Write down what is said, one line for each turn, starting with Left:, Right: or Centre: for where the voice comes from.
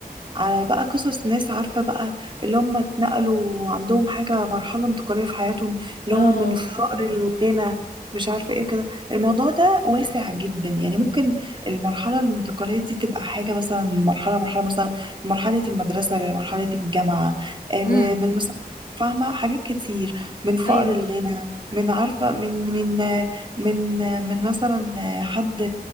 Right: على بقى قصص ناس عارفة بقى اللي هم اتنقلوا عندهم حاجة مرحلة انتقالية في حياتهم اللي
Left: اه
Right: هو من الفقر للغنى مش عارفة ايه كده الموضوع ده واسع جدا يعني ممكن المرحلة الانتقالية دي تبقى حاجة مثلا مرحلة مرحلة مثلا مرحلة المدرسة لمرحلة الجامعة آه، من
Left: امم
Right: من مثلا فاهمة حاجات كتير من فقر
Left: ايوه
Right: الغنى من عارفة من من آه، من آه، من مثلا آه، حد